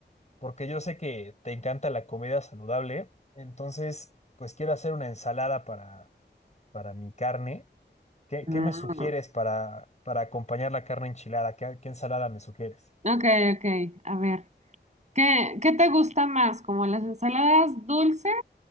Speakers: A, on the left (about 35°); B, on the right (about 40°).
A: porque yo sé que te encanta la comida saludable. Entonces, pues quiero hacer una ensalada para, para mi carne. ¿Qué,
B: Mm.
A: qué me sugieres para, para acompañar la carne enchilada? ¿Qué, qué ensalada me sugieres?
B: Ok, ok, a ver. ¿Qué, qué te gusta más? ¿Como las ensaladas dulces